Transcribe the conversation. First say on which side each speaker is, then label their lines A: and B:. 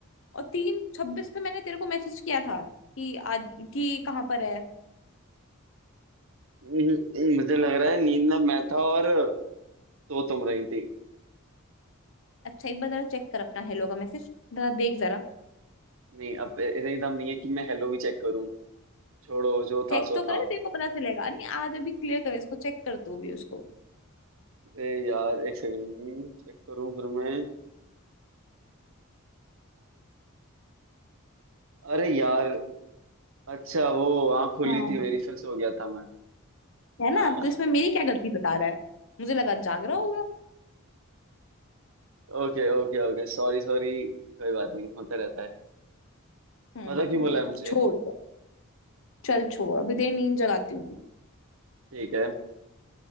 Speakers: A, on the left; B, on the right.
A: और तीन छब्बीस पे मैंने तेरे को मैसेज किया था कि आज कि कहाँ पर है
B: हम्म, मुझे लग रहा है नींद में मैं था और सो तुम रही थी
A: अच्छा एक बार जरा चेक कर अपना हेलो का मैसेज जरा देख जरा
B: नहीं अब इतनी दम नहीं है कि मैं हेलो भी चेक करूं छोड़ो जो
A: चेक
B: था सो
A: तो कर
B: था
A: देखो पता चलेगा नहीं आज अभी क्लियर कर इसको चेक कर तू भी उसको
B: अरे यार एक सेकंड चेक करूं फिर मैं अरे यार अच्छा वो आँख खुली
A: हाँ
B: थी मेरी फिर सो गया था मैं
A: है
B: आ,
A: ना तो इसमें मेरी क्या गलती बता रहा है मुझे लगा जाग रहा होगा
B: okay okay okay sorry sorry कोई बात नहीं होता रहता है
A: हम्म
B: मतलब क्यों बोला है मुझे
A: छोड़ चल छोड़ अभी तेरी नींद जगाती हूँ मैं
B: ठीक है